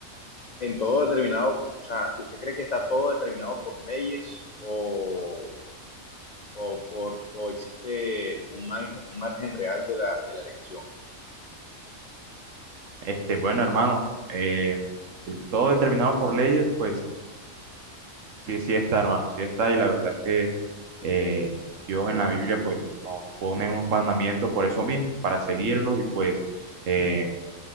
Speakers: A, on the left; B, on the right.
A: en todo determinado, o sea, ¿usted cree que está todo determinado por leyes o, o por, o existe un, margen, un margen real de la, de la elección?
B: Este, bueno, hermano, eh, eh, todo determinado por leyes, pues sí, sí está, hermano, sí está. Y la verdad es que eh, Dios en la Biblia, pues nos pone unos mandamientos por eso mismo, para seguirlos y pues eh,